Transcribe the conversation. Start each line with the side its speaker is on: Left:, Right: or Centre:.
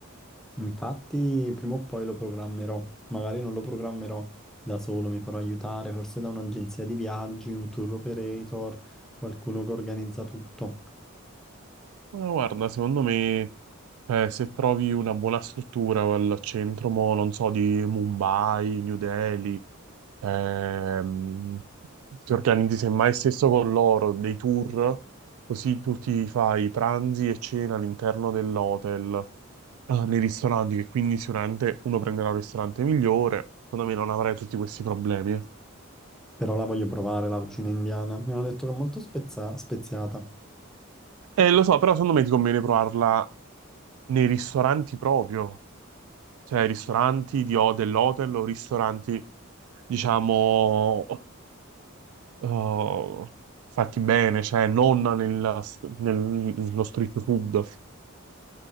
Centre: infatti prima o poi lo programmerò, magari non lo programmerò da solo, mi farò aiutare forse da un'agenzia di viaggi, un tour operator, qualcuno che organizza tutto.
Right: Ma guarda, secondo me... Eh, se trovi una buona struttura al centro, mo, non so, di Mumbai, New Delhi, Ehm, ti organizzi semmai stesso con loro dei tour, così tu ti fai pranzi e cena all'interno dell'hotel, eh, nei ristoranti, che quindi sicuramente uno prenderà un ristorante migliore. Secondo me non avrai tutti questi problemi.
Centre: Però la voglio provare, la cucina indiana. Mi hanno detto che è molto spezza- speziata.
Right: Eh, lo so, però secondo me ti conviene provarla nei ristoranti proprio, cioè ristoranti di ho dell'hotel o ristoranti, diciamo, eh, fatti bene, cioè non nel- nello street food.